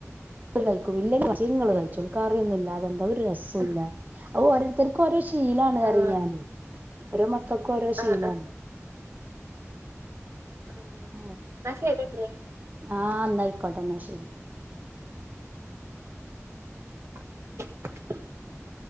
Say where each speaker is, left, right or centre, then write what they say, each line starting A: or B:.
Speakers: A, on the right (about 35°); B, on the right (about 60°).
A: കയിക്കും ഇല്ല ഉമ്മച്ചി ഇങ്ങള് കഴിച്ചോളീ കറിയൊന്നും ഇല്ലാതെന്താ ഒരു രസോല്ലാ
B: ഉം
A: അത് ഓരോത്തർക്കും ഓരോ ശീലാണ്
B: ആഹ്
A: പറി ഞാന് ഓരോ മക്കക്കും ഓരോ
B: ആഹ്
A: ശീലാണ്.
B: ആഹ് ആഹ്
A: <unintelligible>
B: ന്നാ ശരിട്ടിലേ
A: ആഹ് ഇന്നായിക്കോട്ടെ ഇന്നാ ശെരി.
B: <inaudible>